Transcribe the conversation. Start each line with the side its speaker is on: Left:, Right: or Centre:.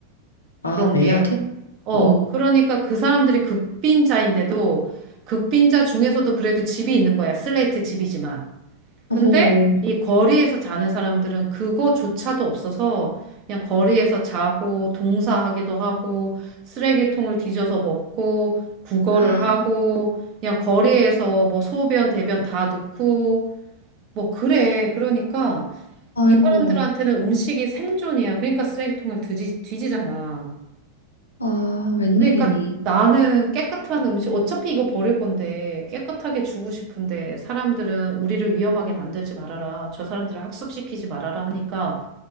Left: 아,
Right: 그런
Left: 내야
Right: 게
Left: 돼?
Right: 어,
Left: 어,
Right: 그러니까 그 사람들이 극빈자인데도 극빈자 중에서도 그래도 집이 있는 거야. 슬레이트 집이지만. 근데
Left: 어,
Right: 이 거리에서 자는 사람들은 그거조차도 없어서 그냥 거리에서 자고 동사하기도 하고 쓰레기통을 뒤져서 먹고 구걸을
Left: <gasps>
Right: 하고 그냥 거리에서 뭐 소변, 대변 다 놓고 뭐 그래. 그러니까
Left: 아이고,
Right: 이 사람들한테는 음식이 생존이야. 그러니까 쓰레기통을 뒤지, 뒤지잖아.
Left: 아, 웬일이니?
Right: 그러니까 나는 깨끗한 음식, 어차피 이거 버릴 건데 깨끗하게 주고 싶은데 사람들은 우리를 위험하게 만들지 말아라. 저 사람들을 학습시키지 말아라 하니까